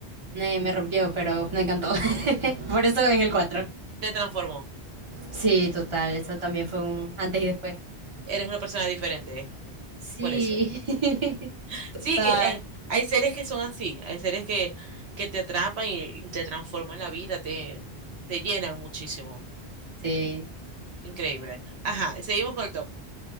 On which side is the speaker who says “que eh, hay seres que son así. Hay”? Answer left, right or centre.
Right